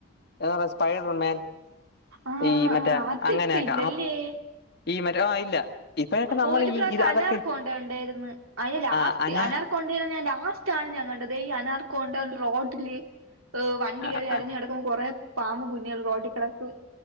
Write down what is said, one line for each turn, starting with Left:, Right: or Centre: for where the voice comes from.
Left: എതന്നറിയ സ്പൈഡർ മാൻ-
Right: ആഹ്
Left: ഈ
Right: ആഹ്
Left: മറ്റേ
Right: ആഹ് അത്
Left: അങ്ങനെയൊക്കെ
Right: ഇപ്പ ഇല്ലല്ലേ
Left: ആഹ് - ഈ മരം ആ ഇല്ല- ഇപ്പോഴൊക്കെ നമ്മൾ
Right: ഒരു പ്രാവശ്യം
Left: ഈ ഇത്
Right: അനാർക്കോണ്ട
Left: അതൊക്കെ
Right: കണ്ട്- ണ്ടായിര്ന്ന് അതില് ലാസ്റ്റ്
Left: ആഹ് അന
Right: അനാർകൊണ്ടെടെ ഞാൻ ലാ- ലാസ്റ്റ് ആണ് ഞാൻ കണ്ടത് ഈ അനാർകോണ്ട റോഡില്- ഏ്ഹ വണ്ടി
Left: ആ,
Right: കയറി അരഞ്
Left: ആ.
Right: കടക്കുമ്പോ കുറെ പാമ്പ്കുഞ്ഞുങ്ങൾ റോട്ടി- കടക്കും-